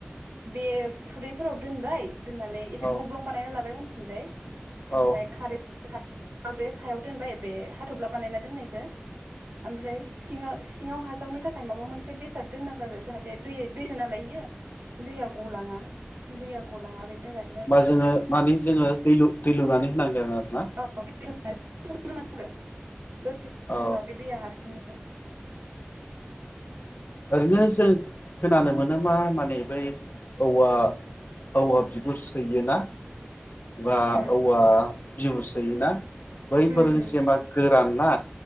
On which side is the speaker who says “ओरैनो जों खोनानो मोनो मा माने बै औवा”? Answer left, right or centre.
Left